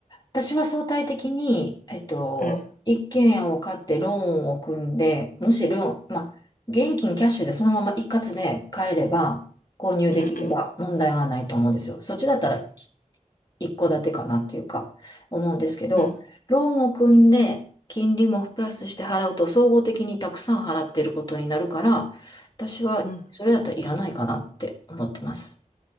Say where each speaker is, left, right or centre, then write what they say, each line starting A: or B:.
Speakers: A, on the left; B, on the left.
A: 私は相対的に、えっと、
B: うん、
A: 一軒家を買ってローンを組んで、むしろ、まあ、現金キャッシュでそのまま一括で買えれば、購入できれば問題はないと思うんですよ。
B: うん、
A: そっちだったら一戸建てかなっていうか、思うんですけど、
B: うん、
A: ローンを組んで、金利もプラスして払うと、総合的にたくさん払っていることになるから、私はそれだったらいらないかなって思ってます。
B: うん。